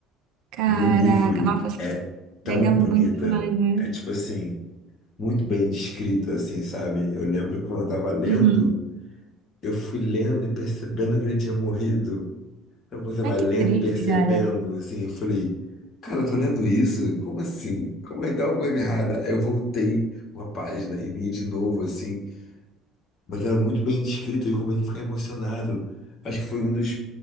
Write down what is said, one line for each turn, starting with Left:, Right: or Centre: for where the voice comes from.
Right: caraca,
Left: no livro
Right: nossa, acho
Left: é
Right: que
Left: tão
Right: pega muito
Left: bonita.
Right: mais, né?
Left: É tipo assim, muito bem descrita, assim, sabe? Eu lembro que quando eu tava lendo,
Right: Uhum.
Left: eu fui lendo e percebendo que ele tinha morrido. Sabe quando você vai
Right: Ai, que
Left: lendo
Right: triste,
Left: e percebendo,
Right: cara.
Left: assim, eu falei, cara, eu tô lendo isso? Como assim? Como é que tá uma coisa errada? Aí Eu voltei uma página e li de novo, assim, mas era muito bem descrito e eu comecei a ficar emocionado. Acho que foi um dos